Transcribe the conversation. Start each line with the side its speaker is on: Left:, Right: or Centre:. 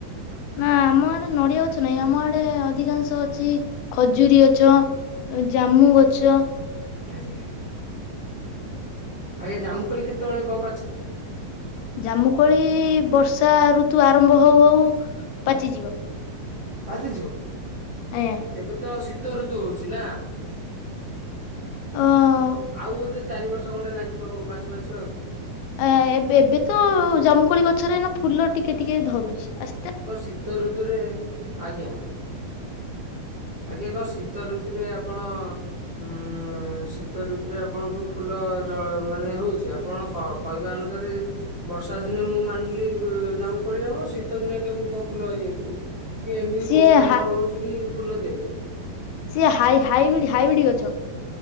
Left: ନା ଆମ ଆଡେ ନଡିଆ ଗଛ ନାହିଁ ଆମ ଆଡେ ଅଧିକାଂଶ ଅଛି ଖଜୁରୀ ଗଛ। ଜାମୁ ଗଛ।
Right: ଆଜ୍ଞା। ଆଜ୍ଞା ଜାମୁକୋଳି କେତେବେଳେ କଣ ପାଚେ?
Left: ଜାମୁକୋଳି ବର୍ଷା ଋତୁ ଆରମ୍ଭ ହୋଉ ହୋଉ ପାଚିଯିବ।
Right: ପାଚଯିବ
Left: ଆଜ୍ଞା
Right: ଏବେ ତ ଶୀତ ଋତୁ ହୋଉଚି ନା।
Left: ହଁ।
Right: ଆଉ ବୋଧେ ଚାରିବର୍ଷ ଖଣ୍ଡେ ଲାଗିବ ଆଉ ପାଚୁ ପାଚୁ ଆଉ।
Left: ଆ ଏବେ ଏବେ ତ ଜାମୁକୋଳି ଗଛରେ ଏଇନା ଫୁଲ ଟିକେ ଟିକେ ଧରୁଚି ଆ
Right: କଣ ଶୀତ ଋତୁରେ ଆଜ୍ଞା ଆଜ୍ଞା। ଆଜ୍ଞା କଣ ଶୀତ ଋତୁରେ ଆପଣ ହୁଁ ଶୀତ ଋତୁରେ ଆପଣଙ୍କୁ ଫୁଲ ଯୋ ମାନେ ହୋଉଚି ଆପଣ କଣ କହିବା ଅନୁସାରେ ବର୍ଷା ଦିନେ ମୁଁ ମାନିଲି ଜାମୁକୋଳି ହେବ ଶୀତ ଦିନେ କେମିତି କଣ ଫୁଲ ହେଇ ଇଏ ଏମିତି
Left: ସିଏ
Right: କୋଉ ଭଅଁର
Left: ହା
Right: ବଉଚି କି ଫୁଲ ଦେହରେ?
Left: ସିଏ ହାଇ ହାଇବିଡି ହାଇବିଡି ଗଛ।